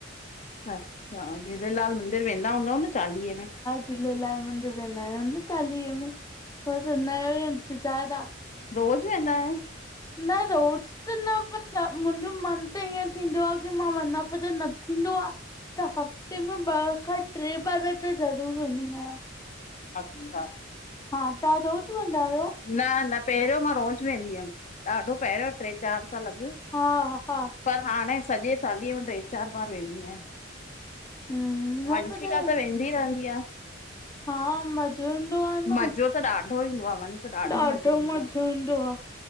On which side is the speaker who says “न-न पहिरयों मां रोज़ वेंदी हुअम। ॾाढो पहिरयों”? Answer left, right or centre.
Left